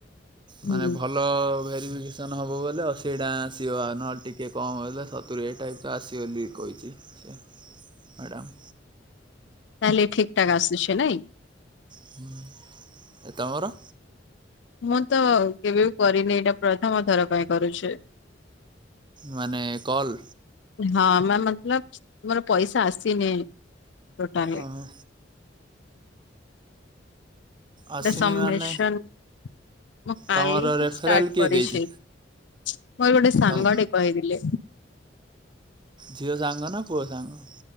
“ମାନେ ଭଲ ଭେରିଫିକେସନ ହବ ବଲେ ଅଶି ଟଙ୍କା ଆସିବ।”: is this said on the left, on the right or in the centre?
Right